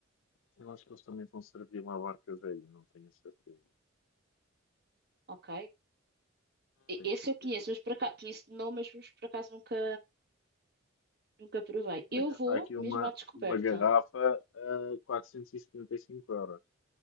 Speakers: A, on the left; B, on the right.
A: eu acho que eles também vão servir uma barca velha, não tenho a certeza.
B: Ok, E-
A: Tenho
B: esse
A: que ir
B: eu conheço,
A: ver.
B: mas por acaso, conheço de nome, mas por acaso nunca, nunca provei.
A: Por
B: Eu
A: acaso
B: vou
A: Está aqui
B: mesmo
A: uma,
B: à descoberta.
A: uma garrafa a 475 euros.